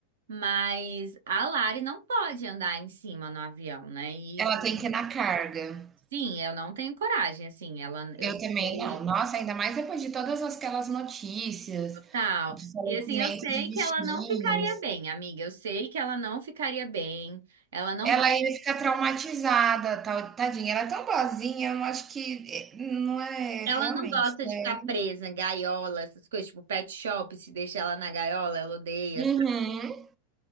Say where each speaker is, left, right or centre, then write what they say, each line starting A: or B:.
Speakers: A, on the right; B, on the right.
A: Mas a Lari não pode andar em cima no avião, né? E,
B: Ela
A: e,
B: tem que ir na carga.
A: sim, eu não tenho coragem, assim. Ela,
B: Eu
A: eu sei,
B: também não. Nossa, ainda mais depois de todas aquelas notícias
A: total.
B: de falecimento
A: E assim, eu sei
B: de bichinho.
A: que ela não ficaria bem, amiga. Eu sei que ela não ficaria bem. Ela não.
B: Ela ia ficar traumatizada, tal, tadinha. Ela é tão boazinha, eu não acho que eh, não é
A: Ela
B: realmente.
A: não gosta
B: É.
A: de ficar presa, gaiola, essas coisas, tipo pet shop, se deixa ela na gaiola, ela odeia.
B: Uhum.
A: sabe?